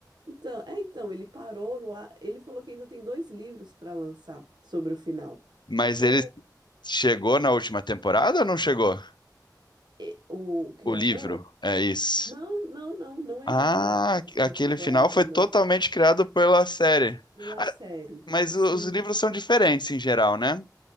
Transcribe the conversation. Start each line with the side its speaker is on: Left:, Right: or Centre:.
Right: Então, é, então, ele parou lá. Ele falou que ainda tem dois livros para lançar sobre o final.
Left: Mas
Right: Então,
Left: ele chegou na última temporada ou não chegou?
Right: e- o, o criador?
Left: O livro, é isso.
Right: Não, não, não, não existe
Left: Ah,
Right: a última
Left: aquele
Right: temporada,
Left: final foi
Right: não.
Left: totalmente criado pela série.
Right: Pela
Left: Ah,
Right: série.
Left: mas
Right: Sim.
Left: os livros são diferentes em geral, né?